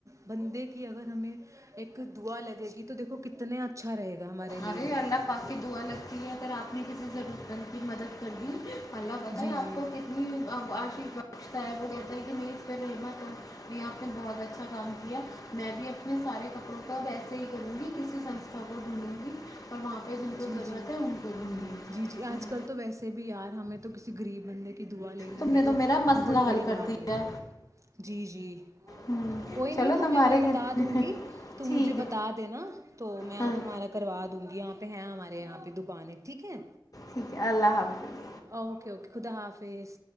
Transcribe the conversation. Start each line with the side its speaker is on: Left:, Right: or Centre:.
Right: بندے کی اگر ہمیں ایک دعا لگے گی تو دیکھو کتنا اچھا رہے گا ہمارے
Left: ارے
Right: لیے
Left: اللہ پاک کی دعا لگتی ہے پھر آپ میں کسی ضرورت پند کی مدد کر دی اللہ بتائے
Right: جی
Left: آپ
Right: جی
Left: کو کتنیف لچشتا ہے وہ کہتا ہے کہ میز پر رحمت یہاں پہ بہت اچھا کام کیا میں بھی اپنے سارے کپڑوں کا اب و ایسے ہی کروں گی کسی سنستھا کو گھونوموں گی اور وہاں پہ جن کو
Right: جی
Left: ضرورت
Right: جی
Left: ہے ان کو دوں گی
Right: جی جی
Left: ہوں،
Right: آج کل تو ویسے بھی یار ہمیں تو تو کسی گغریب بندے کی دعا لینی
Left: تم
Right: بھی
Left: نے
Right: تو
Left: میرا مسئلہ
Right: بہت بڑی
Left: حل کر
Right: بات
Left: دیا
Right: رہتی ہے جی جی
Left: ہوں،
Right: کوئی نہیں
Left: چلو
Right: تمہیں
Left: تمہارے
Right: میں بتا
Left: گھر
Right: دوں گی تم
Left: ٹھیک
Right: مجھے
Left: ہے
Right: بتا دینا تو میں
Left: ہاں
Right: تمہارا کروا ڈونگ گیا ہیں ہمارے یہاں پہ دکانیں ٹھیک ہے
Left: ٹھیک ہے اللہ حافظ
Right: اوکے اوکے خدا حافظ